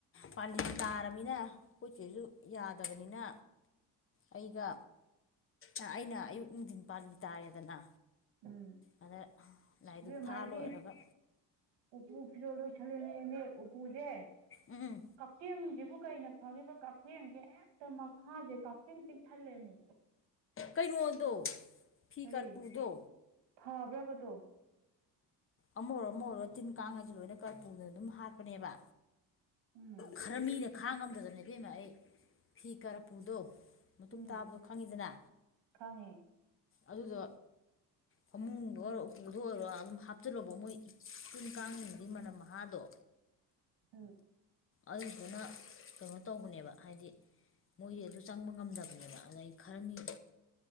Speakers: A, on the left; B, on the right.
A: ꯄꯥꯜꯂꯤ
B: ꯎꯝ
A: ꯇꯥꯔꯃꯤꯅ ꯑꯩꯈꯣꯏ ꯆꯦꯁꯨ ꯌꯥꯗꯕꯅꯤꯅ ꯑꯩꯒ ꯑꯥ ꯑꯩꯅ ꯑꯌꯨꯛ ꯅꯨꯡꯗꯤꯟ ꯄꯥꯜꯂꯤ ꯇꯥꯔꯦꯗꯅ
B: ꯎꯝ
A: ꯑꯗ ꯂꯥꯏꯙꯨꯛ
B: ꯏꯕꯦꯝꯃ
A: ꯊꯥ
B: ꯑꯩꯗꯤ
A: ꯂꯣꯏꯔꯒ
B: ꯎꯄꯨ ꯐꯤꯔꯣꯜ ꯂꯣꯏꯁꯟ ꯂꯝꯃꯤꯅꯦꯃꯤ ꯎꯄꯨꯁꯦ
A: ꯎꯝ
B: ꯀꯛꯆꯦꯡ ꯖꯤꯕꯨ ꯀꯩꯅ ꯐꯒꯦꯕ ꯀꯥꯛꯆꯦꯡꯁꯦ ꯍꯦꯛꯇ ꯃꯈꯥꯁꯦ ꯀꯥꯛꯆꯦꯡ ꯄꯤꯛ ꯊꯜꯂꯦꯃꯤ
A: ꯀꯩꯅꯣꯗꯣ ꯐꯤ
B: ꯀꯔꯤ
A: ꯀꯔꯄꯨꯔꯗꯣ
B: ꯐꯕ꯭ꯔꯕ ꯑꯗꯣ
A: ꯑꯃ ꯑꯣꯏꯔꯣ ꯑꯃ ꯑꯣꯏꯔꯣ ꯇꯤꯟ ꯀꯥꯡ ꯍꯥꯏꯁꯦ ꯂꯣꯏꯅ ꯀꯥꯔꯄꯨꯅ ꯑꯗꯨꯝ ꯍꯥꯠꯄꯅꯦꯕ
B: ꯎꯝ
A: ꯈꯔ ꯃꯤꯅ ꯈꯥꯡ ꯉꯝꯗꯗꯅ ꯏꯕꯦꯝꯃ ꯑꯩ ꯐꯤ ꯀꯥꯔꯄꯨꯗꯣ ꯃꯇꯨꯡ
B: ꯎꯝ
A: ꯇꯥꯕꯗꯣ ꯈꯪꯉꯤꯗꯅ
B: ꯈꯪꯉꯦ
A: ꯑꯗꯨꯗꯣ ꯐꯃꯨꯡꯗ ꯑꯣꯏꯔꯣ ꯎꯄꯨꯗ ꯑꯣꯏꯔꯣ ꯑꯗꯨꯝ ꯍꯥꯞꯆꯤꯜꯂꯣꯕ ꯃꯣꯏ ꯇꯤꯟ ꯀꯥꯡꯖꯤꯡꯖꯤꯒꯤ ꯃꯅꯝ ꯃꯍꯥꯗꯣ
B: ꯎꯝ
A: ꯑꯗꯨꯗꯨꯅ ꯀꯩꯅꯣ ꯇꯧꯕꯅꯦꯕ ꯍꯥꯏꯗꯤ ꯃꯣꯏꯗꯤ ꯑꯗꯨ ꯆꯪꯕ ꯉꯝꯗꯕꯅꯦꯕ ꯑꯗꯩ ꯈꯔꯃꯤ